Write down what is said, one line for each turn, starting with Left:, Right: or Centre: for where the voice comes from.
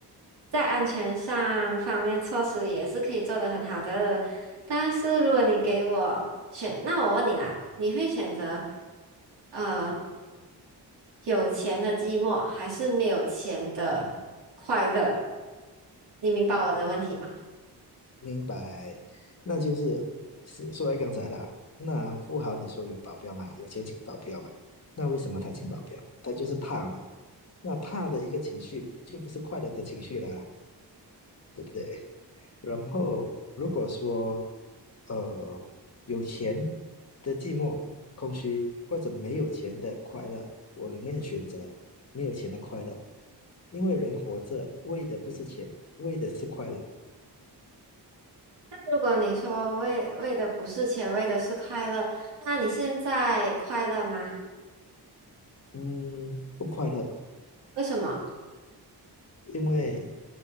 Right: 在安全上方面措施也是可以做得很好的。但是如果你给我选，那我问你啦，你会选择呃有钱的寂寞，还是没有钱的快乐？你明白我的问题吗？
Left: 明白，那就是是说来刚才啦，那富豪你说有保镖嘛，有钱请保镖嘛，那为什么他请保镖？他就是怕嘛，那怕的一个情绪就不是快乐的情绪了啦，对不对？然后如果说呃有钱的寂寞、空虚，或者没有钱的快乐，我宁愿选择没有钱的快乐，因为人活着为的不是钱，为的是快乐。
Right: 如果你说为为的不是钱，为的是快乐，那你现在快乐吗？
Left: 嗯，不快乐，
Right: 为什么？
Left: 因为